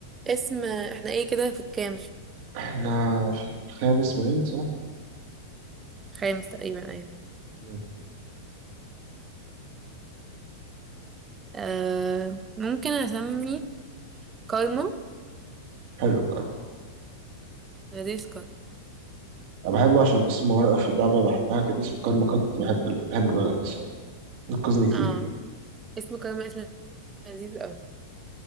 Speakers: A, on the right (about 20°); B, on the right (about 50°).
A: اسم احنا ايه كده في الكام
B: احنا في الخامس باين صح
A: خامس تقريبا ايوه
B: مم.
A: آه ممكن اسمي كارما
B: حلو الكرم
A: لذيذ كارما
B: انا بحبه عشان اسم ورقة في اللعبة بحبها كده اسمه كارما كات بحب ال... بحب الورقة دي الصراحة بتنقذني كتير
A: اه اسم كارما اسم لذيذ قوي